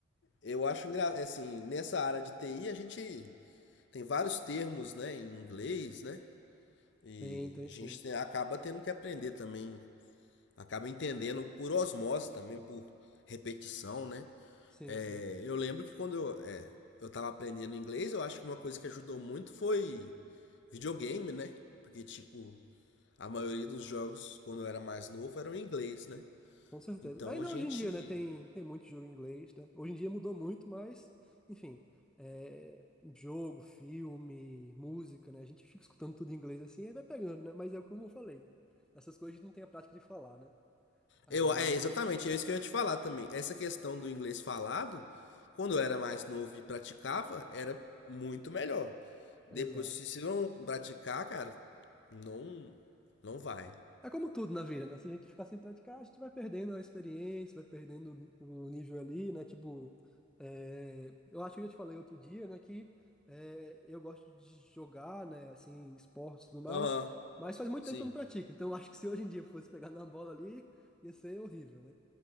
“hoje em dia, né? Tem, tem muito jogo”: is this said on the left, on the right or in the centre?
Centre